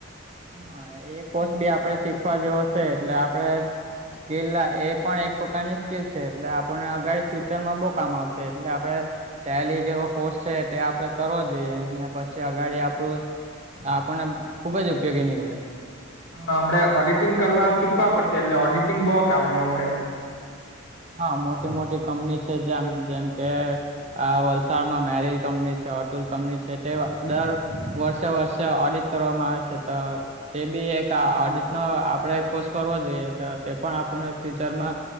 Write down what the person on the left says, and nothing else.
હા આપણે ઓડિટિંગ કરવા શીખવા પડશે એટલે ઓડિટિંગ બહુ કામનું આપણે.